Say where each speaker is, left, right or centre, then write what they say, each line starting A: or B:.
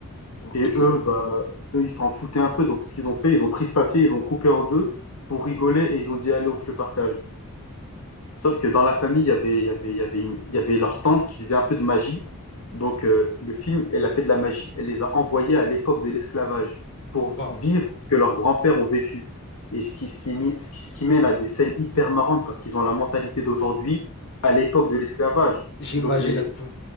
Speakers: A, on the left; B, on the left.
A: Ok.
B: Et eux, bah, ok. eux, ils s'en foutaient un peu. Donc, ce qu'ils ont fait, ils ont pris ce papier, ils l'ont coupé en deux pour rigoler et ils ont dit, allez, on fait le partage. Sauf que dans la famille, il y avait, il y avait, il y avait, une- il y avait leur tante qui faisait un peu de magie. Donc, euh, le film, elle a fait de la magie, elle les a envoyés à l'époque de l'esclavage pour
A: Wow.
B: vivre ce que leurs grands-pères ont vécu. Et ce qui, ce qui, mi- ce qui, ce qui mène à des scènes hyper marrantes parce qu'ils ont la mentalité d'aujourd'hui à l'époque de l'esclavage.
A: J'imagine
B: Donc les,
A: un peu.